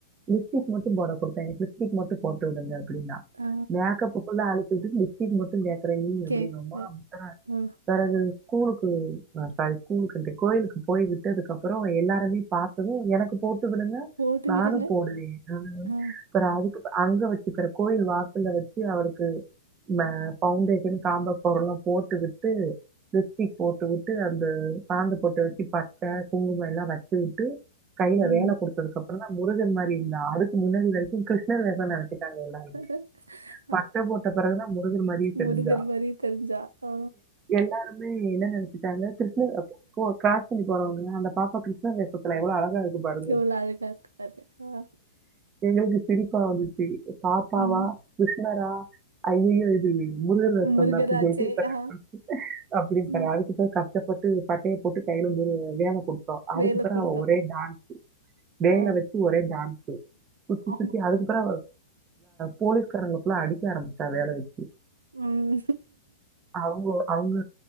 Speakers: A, on the right; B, on the right.
A: லிப்ஸ்டிக் மட்டு போட குடுத்தே எனக்கு லிப்ஸ்டிக் மட்டு போட்டு வுடுங்க அப்டீன்னா
B: அ
A: மேக்கப்பு ஃபுல்லா அளிச்சு வுட்டுட்டு லிப்ஸ்டிக் மட்டு கேக்குற நீ அப்டீன்னம்மா
B: கேக்குது.
A: முத்துற
B: ஆ
A: பெறகு ஸ்கூலுக்கு சாரி ஸ்கூலுக்கு கோயிலுக்கு போய்விட்டு அதுக்கப்பறோ எல்லாருமே பாத்தது எனக்கு போட்டு விடுங்க
B: போட்டு
A: நானு
B: விடுங்க.
A: போடுவே
B: ஆ,
A: அப்பறோ அதுக்கு அங்க வெச்சுப்புற கோயில் வாசல்ல வெச்சு அவளுக்கு இந்த பவுண்டேஷன் காம்பேக்ட் பவுடரு எல்லா போட்டு விட்டு லிப்ஸ்டிக் போட்டு வுட்டு அந்த சாந்து பொட்ட வெச்சு பட்ட குங்குமோ எல்லா வெச்சு வுட்டு கையில
B: ம்.
A: வேல குடுத்ததுக்கு அப்புறோந்தா முருகர் மாரிந்தா அதுக்கு முன்னாடி வெரிக்கோ கிரிஷ் ணர் வேஷோனு நெனச்சிட்டாங்க எல்லாருமே
B: <inaudible>
A: பட்ட போட்ட பெறகுதா முருகர் மாரியே தெரிஞ்சா
B: முருகர் மாரி தெரிஞ்சா. ஆ
A: எ ல்லாருமே என்ன நெனச்சுட்டாங்க கிருஷ்ணர் கோ க்ராஸ் பண்ணி போறவங்க அந்த பாப்பா கிருஷ்ண வேசத்துல எவ்வளோ அழகா இருக்கு பாருங்க."
B: எவ்ளோ அழகா இருக்கு பாரு அ
A: எங்களுக்கு சிரிப்பா வந்துச்சு பாப்பாவா
B: ம்.
A: கிருஷ்ணரா ஐய்யயோ இது முருகர் வேஷந்தா
B: முருகராச்சே.
A: அப்டீனு சொல்ட்டு
B: ஆ,
A: <unintelligible> அப்டி பெறவு
B: ம்.
A: அதுக்கு பெறவு ட்ட கஷ்டப்பட்டு பட்டைய போட்டு கையில ஒரு வேல கொடு அதுக்குப்புறோ
B: வேல குடுத்தோம்.
A: அவ ஒரே டான்ஸ்சு வேல
B: ஆ,
A: வெச்சு ஒரே டான்ஸ்சு சுத்தி
B: ஆமா.
A: சுத்தி அதுக்குப்புறோ போலீஸ்காரங்கல்லா அடிக்க ஆரம்ப்சிச்சா வேல வெச்சு
B: ம்.
A: அவுங்க அவுங்க